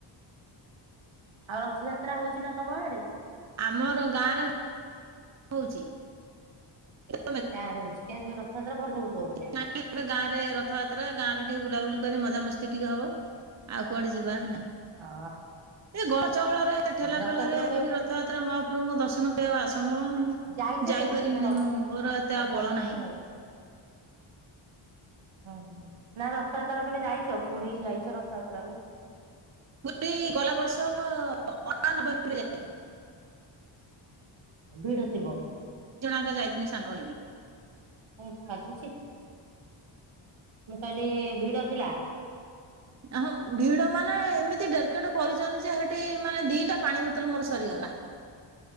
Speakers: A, on the right; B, on the right.
A: ଆଉ ରଥଯାତ୍ରା ହଉଛି ନା ତମ ଆଡେ
B: ଆମର ଗାଁ ରେ ହଉଛି <unintelligible>
A: ଗାଁରେ ହଉଛି କେମିତି ରଥଯାତ୍ରା ଭଲ ହଉଥିବ ବୋଧେ।
B: ଏବେ ଗାଁରେ ରଥଯାତ୍ରା ଗାଁରେ ଟିକେ ବୁଲାବୁଲି କରି ମଜାମସ୍ତି ଟିକେ ହବ ଆଉ କୁଆଡେ ଯିବା ନା
A: ହଁ
B: ଏ ଗଳ ଚହଳରେ ଏତେ ଠେଲା
A: ରଥଯାତ୍ରା
B: ପେଲା ରେ
A: କେବେ
B: ପୁରୀ ରଥଯାତ୍ରା ମହାପ୍ରଭୁଙ୍କ ଦର୍ଶନ କରିବା ଅସମ୍ଭବ ନୁହେଁ।
A: ଯାଇଛ
B: ଯାଇପାରିବିନି
A: କେବେ କେବେ
B: ମୁଁ ମୋର ଏତେ
A: ରଥଯାତ୍ରା
B: ଆଉ ବଳ ନାହିଁ।
A: କେବେ ଓହ ନା ରଥଯାତ୍ରା କେବେ ଯାଇଛ ପୁରୀ ଯାଇଛ ରଥଯାତ୍ରା କୁ
B: ମୁଁ ଵି ଗଲା ବର୍ଷ <unintelligible> ନଭେମ୍ବର ଯାଇଥିଲି।
A: ଭିଡ ଥିବ
B: ଦି ଜଣଙ୍କ ଯାଇଥିଲୁ ସାଙ୍ଗ ହେଇକି
A: ମୁଁ ବାଜୁଛି ମୁଁ କହିଲି ଭିଡ ଥିଲା।
B: ହଁ ଭିଡ ମାନେ ଏମିତି ଡେରକେଟ କରିଛନ୍ତି ଯେ ସେଠି ମାନେ ଦିଟା ପାଣି ବୋତଲ ମୋର ସରିଗଲା